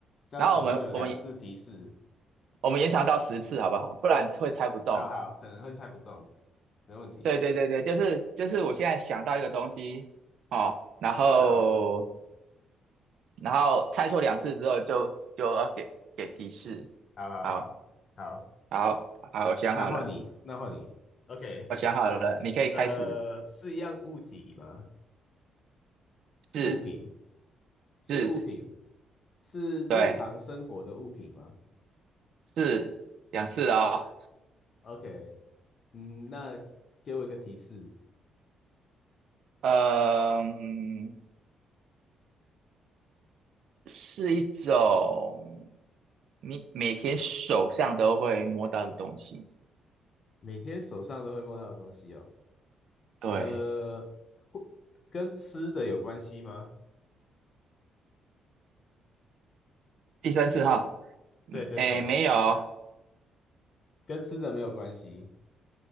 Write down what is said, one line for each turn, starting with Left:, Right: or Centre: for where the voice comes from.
Left: 这样子会有两次提示。
Right: 然后我们我们我们延长到十次好不好？不然会猜不中。
Left: 好好，可能会猜不中，没问题。
Right: 对对对对，就是就是我现在想到一个东西哦，然后
Left: 好，
Right: 然后猜错两次之后就就要给给提示。
Left: 好好好好，
Right: 好，好，好，我想好了，
Left: 那换你，那换你。OK，
Right: 我想好了，你可以开始。
Left: 呃，是一样物体吗？
Right: 是
Left: 物品，是物品，
Right: 是，
Left: 是日常生活的物品吗？
Right: 对，是两次哦。
Left: OK，嗯，那给我一个提示，
Right: 嗯，是一种你每天手上都会摸到的东西。
Left: 每天手上都会摸到的东西哦，
Right: 对，
Left: 呃，或跟吃的有关系吗？
Right: 第三次哈，嗯，
Left: 对对对，
Right: 诶，没有，
Left: 跟吃的没有关系，